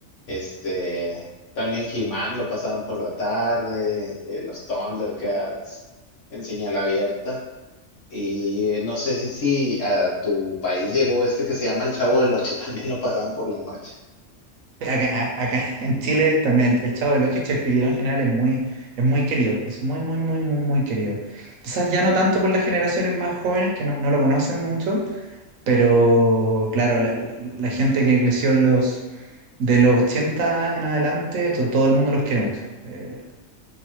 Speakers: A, on the left; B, on the right.
A: Este, también He-Man lo pasaban por la tarde, eh, los Thundercats en señal abierta. Y eh, no sé si, si a tu país llegó este que se llama El Chavo del Ocho, <laughs> también lo pasaban por la noche.
B: Acá, a- acá <laughs> en Chile también el, el Chavo del Ocho y Chespirito en general es muy, es muy querido, es muy, muy, muy, muy, muy querido. Quizás ya no tanto por las generaciones más jóvenes que no, no lo conocen mucho, pero claro, la, la- la gente que creció en los, de los 80 en adelante, to- todo el mundo los quiere mucho. Eh,